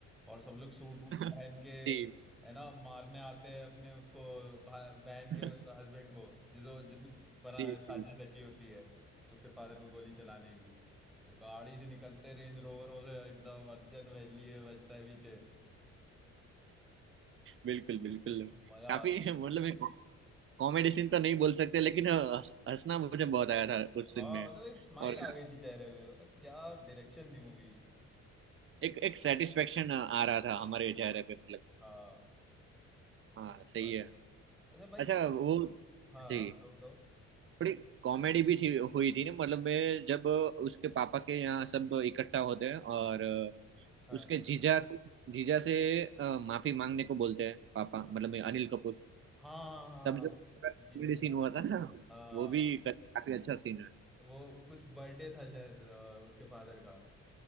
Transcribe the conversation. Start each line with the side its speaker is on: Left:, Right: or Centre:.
Centre: और सब लोग सूट वूट पहन
Right: <laughs>
Centre: के
Right: जी
Centre: है ना मारने आते हैं अपने उसको भा- बहन
Right: <laughs>
Centre: के हस्बैंड को जिसो जिसने बना
Right: जी
Centre: साजिश
Right: जी
Centre: रची होती है उसके फादर पे गोली चलाने की तो गाड़ी से निकलते रेंज रोवरों से एकदम अर्जन वैली है बजता है पीछे
Right: बिल्कुल बिल्कुल
Centre: मजा
Right: काफी
Centre: आती है
Right: मतलब एक कॉमेडी सीन तो नहीं बोल सकते लेकिन हंस- हंसना मुझे बहुत आया था उस
Centre: हाँ
Right: सीन में
Centre: मतलब एक स्माइल
Right: और
Centre: आ गई थी चेहरे पे मतलब क्या डायरेक्शन थी मूवी
Right: एक एक सेटिस्फेक्शन आ रहा था हमारे चेहरे
Centre: हाँ
Right: पे मतलब
Centre: हाँ
Right: हाँ
Centre: सही
Right: सही
Centre: बात
Right: है
Centre: है अच्छा भाई
Right: अच्छा
Centre: तुम
Right: वो
Centre: हाँ हाँ,
Right: जी
Centre: बताओ बताओ
Right: थोड़ी कॉमेडी भी थी हुई थी ना मतलब मैं जब उसके पापा के यहाँ सब इकट्ठा होते हैं और
Centre: हाँ
Right: उसके जीजा को जीजा से अ, माफी मांगने को बोलते हैं पापा
Centre: हाँ
Right: मतलब अनिल कपूर
Centre: हाँ हाँ
Right: तब जो
Centre: उसके जीजस
Right: कॉमेडी सीन
Centre: है
Right: हुआ था ना
Centre: हाँ
Right: वो भी काफी अच्छा सीन है
Centre: वो कुछ बर्थडे था शायद अ, उसके फादर का